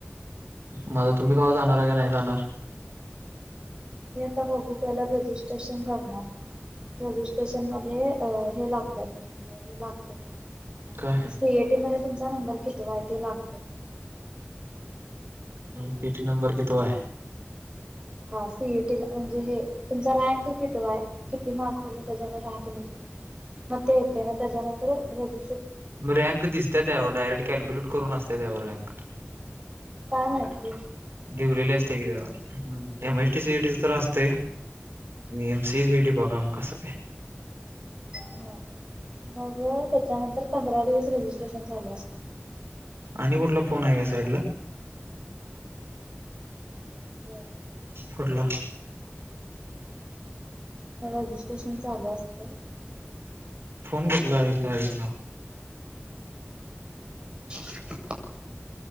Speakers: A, on the right; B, on the right.
A: मझा तुम्ही कव्हा जाणार का नाही जाणार
B: ता बघू पहिला रजिस्ट्रेशन करणार. रजिस्ट्रेशन मध्ये हे लागत म्हणजे हे लागते
A: काय
B: सीएटी मध्ये तुमचा नंबर कितवा आहे ते लागते
A: सीट नंबर कितवा आहे?
B: हा सी. ई. टी. ला म्हणजे हे तुमचा रँक कितीवा आहे किती मार्क पडले त्याच्यान रँक निघत. म ते येत मग त्याच्यानंतर रज
A: मग रँक दिसतय त्यावर डायरेक्ट कॅल्क्युलेट करून असते त्यावर रँक.
B: काय माहिती
A: लीवलेले असते की त्यावर एम. चटी. सी.
B: हो.
A: टी. तर असत ते एम सी सीडी बघा म क स
B: ह मग त्याच्यानंतर पंधरा दिवस रजिस्ट्रेशन चालू असत.
A: आणि कुठला फोन आहे का साईडला?
B: बर.
A: कुठला?
B: रजिस्ट्रेशन चालू असते
A: फोन कुटला आहे साईडला?
B: <inaudible>